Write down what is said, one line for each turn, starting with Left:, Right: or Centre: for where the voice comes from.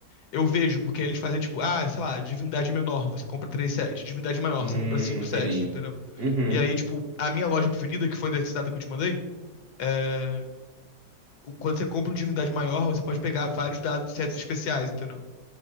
Left: eu vejo, porque eles fazem, tipo, ah, sei lá, divindade menor, você compra três sets, divindade maior,
Right: Hum,
Left: você compra cinco
Right: entendi.
Left: sets, entendeu?
Right: Uhum.
Left: E aí, tipo, a minha loja preferida, que foi da cidade que eu te mandei, é, o- quando você compra um divindade maior, você pode pegar vários dados de sets especiais, entendeu?